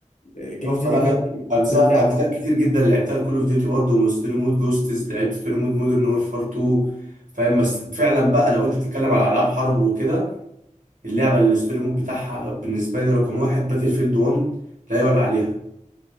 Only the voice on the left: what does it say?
كيل
اوف ديوتي
بجد
من
احسن لعب